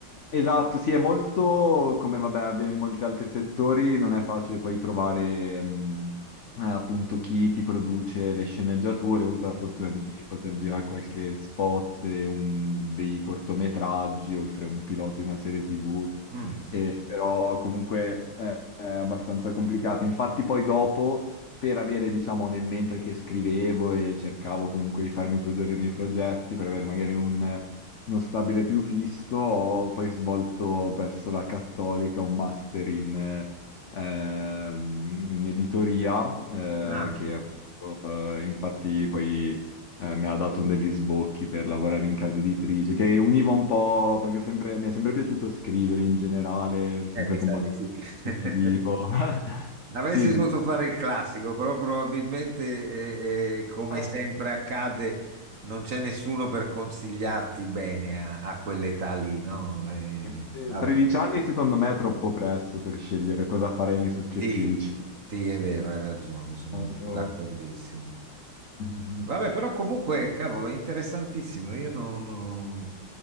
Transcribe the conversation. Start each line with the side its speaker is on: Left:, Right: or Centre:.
Left: Esatto, sì, è molto, come vabbè, avviene in molti altri settori, non è facile poi trovare mh, eh, appunto chi ti produce le sceneggiature. Ho avuto
Right: Eh,
Left: la fortuna di poter girare qualche spot, e un- dei cortometraggi, oltre a un pilota di una serie TV,
Right: mm.
Left: e, però comunque è, è abbastanza complicato. Infatti poi dopo, per avere, diciamo, nel mentre che scrivevo e cercavo comunque di farmi produrre i miei progetti, per avere magari un uno stabile più fisso, ho poi svolto verso la Cattolica un master in, eh, ehm, in editoria, eh,
Right: Ah,
Left: che
Right: ok.
Left: appunto, eh, infatti poi eh, mi ha dato un degli sbocchi per lavorare in casa editrice, che univa un po', perché sempre- mi è sempre piaciuto scrivere in generale, ero sempre
Right: Eh, mi
Left: combattuto
Right: sa di sì. <laughs>
Left: televisivo. <laughs>
Right: Avresti
Left: Sì, sì.
Right: dovuto fare il classico, però probabilmente, eh, eh, come
Left: Ah,
Right: sempre accade, non c'è nessuno per consigliarti bene a, a quell'età lì, no? Eh,
Left: sì. Sì,
Right: vabbè,
Left: 13 anni secondo me è troppo presto per scegliere cosa fare nei successivi
Right: sì,
Left: cinque.
Right: sì, è vero, hai ragione, sono
Left: Stato.
Right: sono d'accordissimo.
Left: Mhm.
Right: Vabbè, però comunque, cavolo, è interessantissimo. Io non, non-